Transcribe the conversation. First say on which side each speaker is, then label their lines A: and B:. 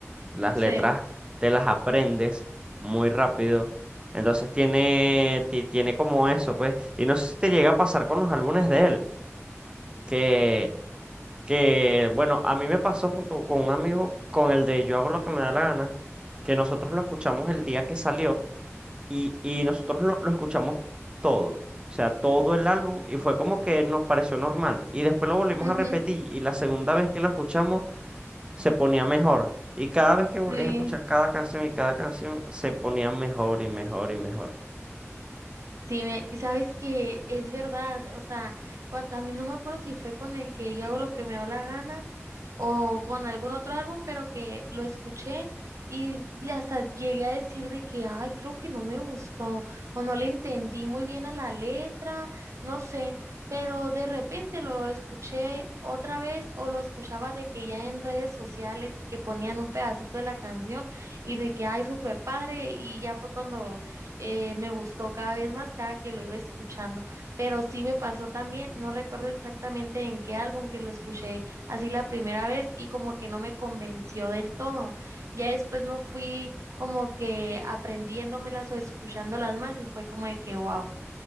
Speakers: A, on the right; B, on the right.
A: Las
B: sí.
A: letras te las aprendes muy rápido. Entonces tiene, ti- tiene como eso, pues. Y no sé si te llega a pasar con los álbumes de él, que que bueno, a mí me pasó junto con un amigo con el de Yo hago lo que me da la gana, que nosotros lo escuchamos el día que salió y, y nosotros lo, lo escuchamos todo, o sea, todo el álbum y fue como que nos pareció normal. Y después lo volvimos
B: Ujú,
A: a repetir y la segunda vez que lo escuchamos se ponía mejor. Y cada vez que volvías
B: sí,
A: a escuchar cada canción y cada canción se ponía mejor y mejor y mejor.
B: sí, me, y sabes que es verdad, o sea, cuan- a mí no me acuerdo si fue con el que yo hago lo que me da la gana o con algún otro álbum, pero que lo escuché y de- hasta llegué a decir de que, ay, creo que no me gustó o no le entendí muy bien a la letra, no sé, pero de repente lo escuché otra vez o lo escuchaba de que ya en redes sociales y que ponían un pedacito de la canción y de que, ay, súper padre y ya fue cuando eh, me gustó cada vez más cada que lo iba escuchando, pero sí me pasó también, no recuerdo exactamente en qué álbum que lo escuché así la primera vez y como que no me convenció del todo. Ya después lo fui como que aprendiéndomelas o escuchándolas más y fue como de que, wow,